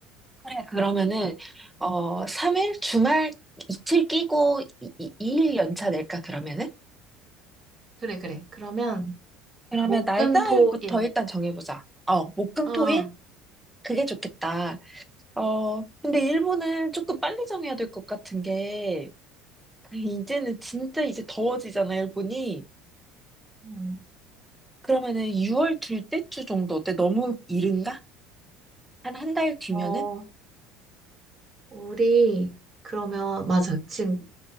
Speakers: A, in the centre; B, on the right (about 25°).
A: 그래, 그러면은, 어, 3일? 주말 이틀 끼고 이, 이, 2일 연차 낼까, 그러면은?
B: 그래, 그래. 그러면
A: 그러면
B: 목,
A: 날짜부터
B: 금, 토, 일.
A: 일단 정해보자. 어, 목금토일?
B: 어.
A: 그게 좋겠다. 어, 근데 일본은 조금 빨리 정해야 될 것 같은 게, 이제는 진짜 이제 더워지잖아, 일본이.
B: 음.
A: 그러면은 6월 둘째 주 정도 어때? 너무 이른가? 한 한 달 뒤면은?
B: 어. 우리 그러면 맞아. 지금